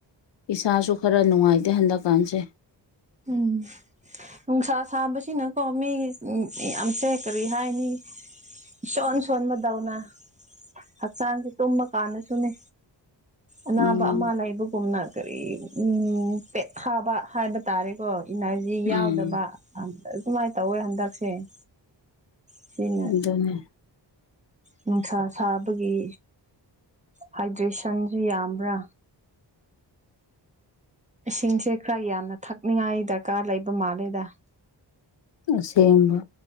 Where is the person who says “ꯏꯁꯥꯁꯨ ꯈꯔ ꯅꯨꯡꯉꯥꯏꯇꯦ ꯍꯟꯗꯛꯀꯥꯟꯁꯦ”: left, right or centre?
Left